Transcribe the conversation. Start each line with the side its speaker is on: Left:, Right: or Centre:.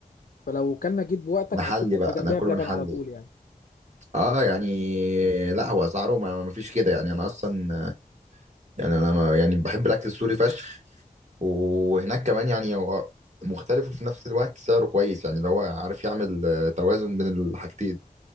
Left: فلو كلنا جيب وقتك
Right: نحلي
Left: اكيد يبقى
Right: بقى
Left: جنبها
Right: ناكل
Left: بلبن
Right: ونحلي
Left: على طول يعني
Right: اه يعني لا هو اسعاره ما ما فيش كده يعني انا اصلا يعني انا ما يعني بحب الاكل السوري فشخ وهناك كمان يعني هو مختلف وفي نفس الوقت سعره كويس يعني اللي هو عارف يعمل آه، توازن بين الحاجتين